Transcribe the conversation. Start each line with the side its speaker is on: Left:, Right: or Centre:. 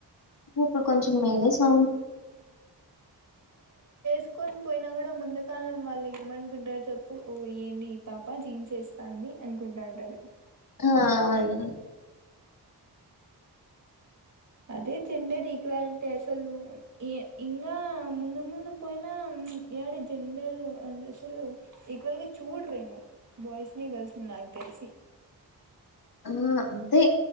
Left: ఇప్పుడు కొంచం మేలే స్వామి.
Right: తీసుకొని పోయినా కూడా ముందు కాలం వాళ్ళు ఏమనుకుంటారు చెప్పు ఓ ఏంది ఈ పాప జీన్స్ వేస్తాంది అనుకుంటా ఉంటారు.
Left: ఆ అవును
Right: అదే జెండర్ ఈక్వాలిటీ అసలు ఇంకా ముందు ముందు పోయినా ఇడ జెండర్ అసలు ఈక్వల్గా చూడ్రేమో బాయ్స్ ని, గర్ల్స్ ని నాకు తెలిసి.
Left: ఆ అంతే